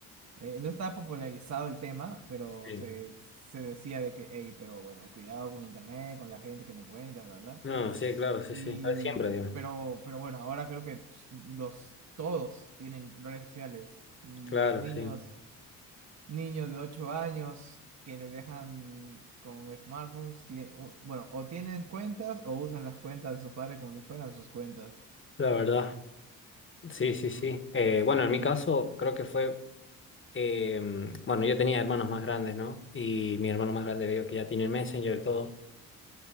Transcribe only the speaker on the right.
Eh, no estaba popularizado el tema, pero
se, se decía de que, hey, pero bueno, cuidado con internet, con la gente que te encuentras, bla, bla.
Y,
pero, pero bueno, ahora creo que ps- los, todos tienen redes sociales. Mm,
Los niños,
niños de 8 años que les dejan con smartphones, tie- u- bueno, o tienen cuentas o usan las cuentas de sus padres como si fueran sus cuentas.
Ujú.